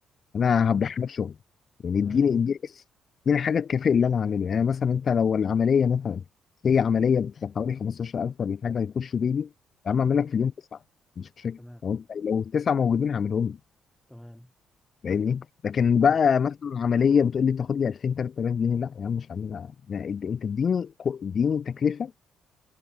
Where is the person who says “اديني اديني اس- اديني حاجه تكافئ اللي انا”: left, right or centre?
Left